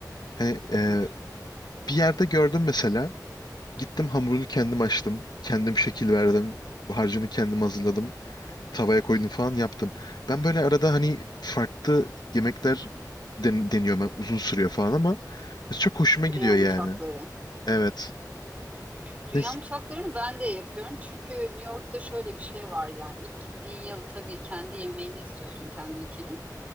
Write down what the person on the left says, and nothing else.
Hani e,
bir yerde gördüm mesela. Gittim hamurunu kendim açtım. Kendim şekil verdim. Harcını kendim hazırladım. Tavaya koydum falan yaptım. Ben böyle arada hani farklı yemekler den- deniyorum. Yani Uzun sürüyor falan ama çok hoşuma
gidiyor
yani. Evet.
Neyse.